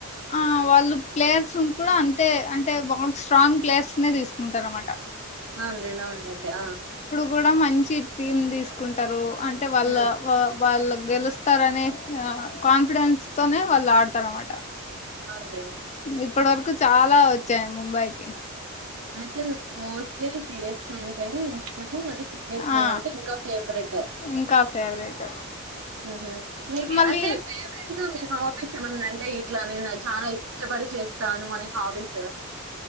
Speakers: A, on the left; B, on the right.
A: ఆ వాళ్ళు ప్లేయర్స్ కూడా అంతే అంటే బాగా స్ట్రాంగ్ ప్లేయర్స్ నే తీసుకుంటారనమాట
B: అవునులేండి అవునులేండి ఆ
A: కూడా మంచి థీమ్ తీసుకుంటారు అంటే వాళ్ళ
B: హ్మ్.
A: వా వాళ్ళు గెలుస్తారనే ఆ కాన్ఫిడెన్స్ తోనే వాళ్ళు ఆడతారనమాట
B: ఆడ
A: ఇప్పుడు వరక్ చాలా వచ్చాయ ముంబైకి
B: అయితే మీకు మోస్ట్లీ సిఎస్ కే అంటేనే ఇ ఇష్టము అది క్రికెట్ గేమ్
A: ఆ
B: అంటే ఇంకా ఫేవరెట్ ఆ
A: ఇంకా ఫేవరెట్
B: హుమ్ హు మీకు
A: మళ్ళీ
B: అంటే ఫేవరెట్ గా మీ హా హబీస్ ఏమన్నా అంటే ఇట్లా నేను చాలా ఇష్టపడి చేస్తాను అనే హబీసు